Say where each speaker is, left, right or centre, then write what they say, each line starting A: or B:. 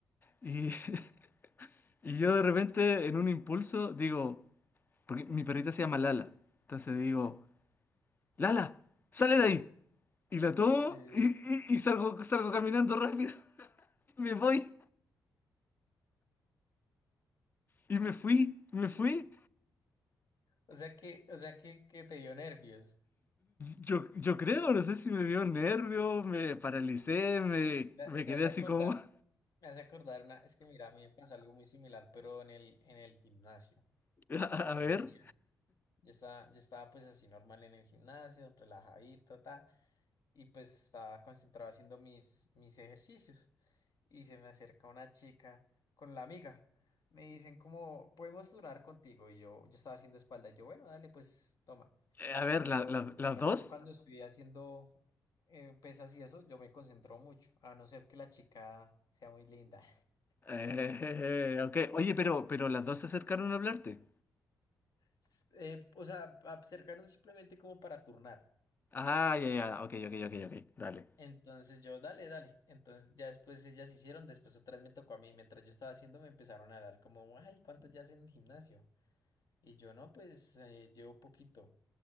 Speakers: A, on the left (about 30°); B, on the left (about 60°).
A: Y, <laughs> y yo de repente, en un impulso, digo, porque mi perrita se llama Lala. Entonces digo, Lala, sale de ahí. Y la tomo
B: Sí, sí,
A: y,
B: sí.
A: y- y salgo, salgo caminando rápido. <laughs> Me voy. Y me fui, me fui.
B: O sea que, o sea que, que te dio nervios.
A: Yo, yo creo, no sé si me dio nervio, me paralicé, me,
B: Te
A: me
B: te
A: quedé
B: hace
A: así
B: acordar.
A: como,
B: Me hace acordar una, es que mira, a mí me pasa algo muy similar, pero en el, en el gimnasio.
A: <laughs> a,
B: O sea,
A: a
B: yo
A: ver,
B: tenía, yo estaba, yo estaba pues así normal en el gimnasio, relajadito, ta, y pues estaba concentrado haciendo mis, mis ejercicios. Y se me acerca una chica con la amiga. Me dicen como, podemos durar contigo. Y yo, yo estaba haciendo espalda. Y yo, bueno, dale, pues toma.
A: a ver,
B: Pero
A: la- la- las
B: digamos,
A: dos.
B: yo cuando estoy haciendo eh, pesas y eso, yo me concentro mucho, a no ser que la chica sea muy linda.
A: Eh, ok, oye, pero, pero las dos se acercaron a hablarte.
B: s- eh, o sea, acercarnos simplemente como para turnar.
A: Ah, ya, ya, ok, ok, ok, ok, dale.
B: Entonces yo, dale, dale. Entonces ya después ellas hicieron, después otra vez me tocó a mí. Mientras yo estaba haciendo, me empezaron a dar como, ay, ¿cuánto ya hacen en el gimnasio? Y yo, no, pues eh, llevo poquito.